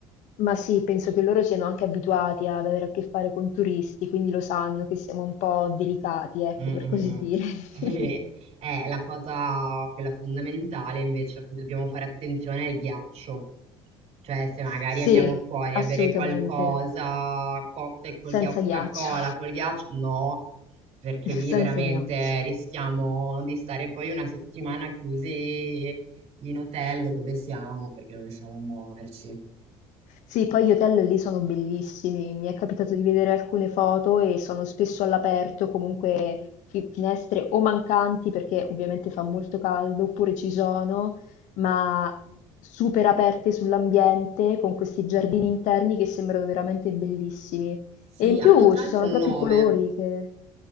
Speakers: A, on the left; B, on the right.
A: ma sì, penso che loro siano anche abituati ad avere a che fare con turisti, quindi lo sanno che siamo un po' delicati, ecco,
B: Mh, mh,
A: per così
B: mh.
A: dire. <laughs>
B: Sì, eh, la cosa quella fondamentale invece a cui dobbiamo fare attenzione è il ghiaccio. Cioè, se magari
A: Sì,
B: andiamo fuori
A: assolutamente,
B: a bere qualcosa, cocktail col
A: senza
B: ghiaccio, Coca-Cola
A: ghiaccio,
B: col ghiaccio, no, perché
A: <laughs>
B: lì veramente
A: senza ghiaccio.
B: rischiamo di stare poi una settimana chiusi in hotel o dove siamo perché non riusciamo a muoverci.
A: Sì, poi gli hotel lì sono bellissimi, mi è capitato di vedere alcune foto e sono spesso all'aperto, comunque fi- finestre o mancanti perché ovviamente fa molto caldo, oppure ci sono, ma super aperte sull'ambiente con questi giardini interni che sembrano veramente bellissimi.
B: Sì,
A: E in
B: hanno
A: più
B: tra
A: ci
B: l'altro
A: sono
B: un
A: proprio
B: nome.
A: i colori che...